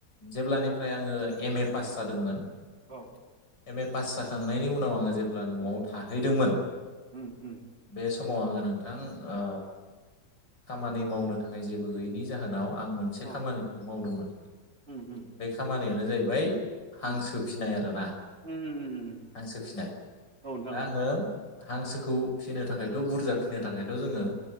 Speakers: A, on the left (about 85°); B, on the right (about 35°).
A: जेब्लानिफ्राय
B: औ
A: आङो एम एफ पास जादोंमोन
B: औ
A: एम ए पास जाखांनायनि उनाव आङो जे ब्ला आं नवाव
B: उम
A: थाहैदोंमोन
B: उम उम
A: बे स समाव आङो नोंथां ओ खामानि मावनो थाखाय जेबो गैयैनि जाहोनाव आं मोनसे
B: औ
A: खामानिखौ मावदोंमोन
B: उम उम
A: बे खामानियानो जाहैबाय ओमफ्राय हांसो
B: उम
A: फिसिनाय आरोना
B: उम उम उम
A: हांसो फिसिनाय
B: औ नोंथां
A: दा
B: औ
A: आङो
B: औ
A: हांसो खौ फिसिनो थाखायथ' बुरजा फिनो थाखायथ' जोङो